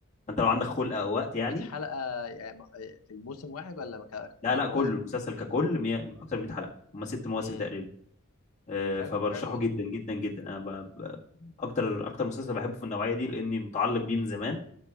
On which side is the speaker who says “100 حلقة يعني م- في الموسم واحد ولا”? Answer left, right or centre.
Left